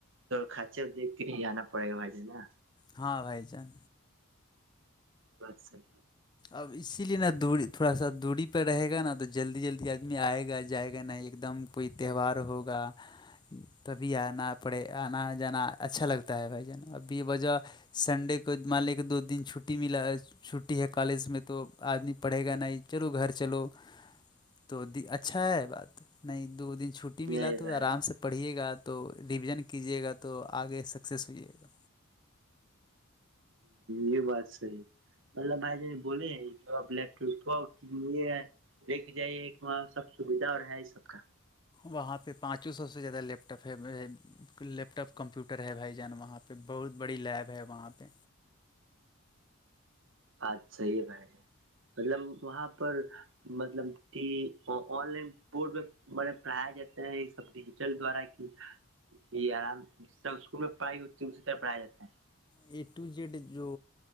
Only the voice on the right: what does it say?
کاچے دھ کے ہی جانا پڑے گا بھائی ج نا
بسچ
نہیں
بھائی
یہ بات صحی مطلب بھائی بولے آپ لیپٹاپ تو لی لیک کے جائیے کہ وہاں سب سویدھا اور ہے یہ سب کا
بات صحی ہے ہے مطلب وہاں پر مطلب کہ آن لائن بورڈ پہ بڑے پڑھایا جاتے ہیں یہ سب ڈیجیٹل دوارا کہ آرام جس طرح اسکول میں پڑھائی ہوتی ہے اسی طرح پڑھایا جاتا ہے